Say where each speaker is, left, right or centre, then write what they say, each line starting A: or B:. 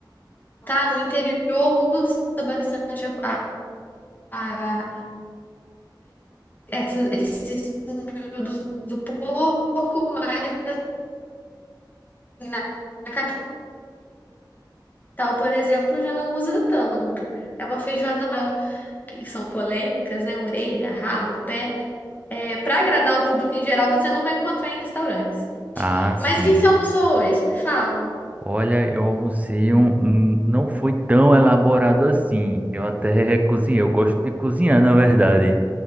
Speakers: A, on the left; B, on the right.
A: tá? No interior usa bastante a, a- essa, esses períodos do pouco, mais na, capital, por exemplo, já não usa tanto. É uma feijoada na- que são polêmicas, né? Orelha, rabo, pé. É, para agradar o público em geral, você não vai encontrar em restaurantes.
B: Ah, sim.
A: Mas o que que você almoçou hoje? Me fala.
B: Olha, eu almocei um, um- Não foi tão elaborado assim. Eu até cozinhei. Eu gosto de cozinhar, na verdade.